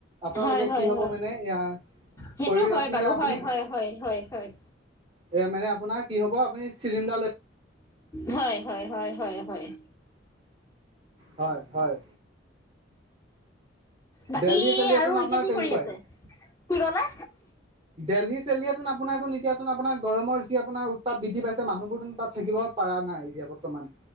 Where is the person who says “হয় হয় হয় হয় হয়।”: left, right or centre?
Left